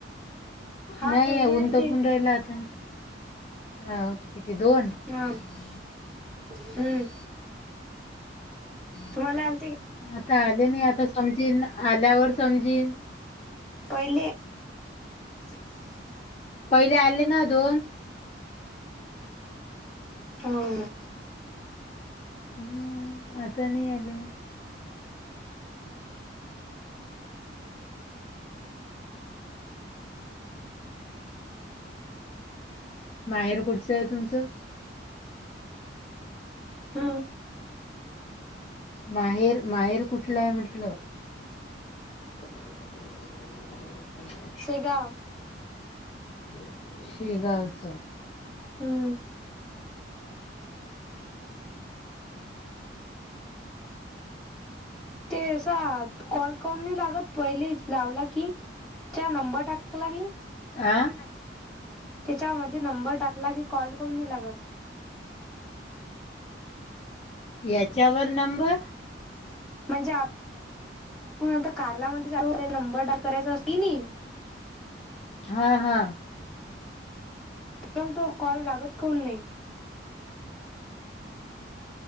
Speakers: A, in the centre; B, on the left.
A: हा
B: नाही
A: पहिले आलते.
B: ऊन तापून राहिला आता हा किती दोन
A: हा <inaudible> हम्म तुम्हाला आले थे
B: आता आले नाही आता समजीन आल्यावर समजीन.
A: पहिले? <inaudible>
B: पहिले आले ना दोन?
A: हम्म
B: हम्म आता नाही आले. <inaudible> <inaudible> माहेर कुठचं आहे तुमचं?
A: हम्म
B: माहेर माहेर कुठलं आहे म्हटलं? <inaudible>
A: शेगाव
B: <inaudible> शेगावच
A: हम्म ते अस कॉल करून नाही लागत पहिले लावला की चा नंबर टाकला की?
B: आं..
A: त्याच्यामध्ये नंबर टाकला की कॉल करून न लागत.
B: याच्यावर नंबर?
A: म्हणजे आप आपण कॉल मध्ये चालू नंबर डायल करायचा असतील नी
B: हा हा
A: <unintelligible> तो कॉल लागत काऊन नाही?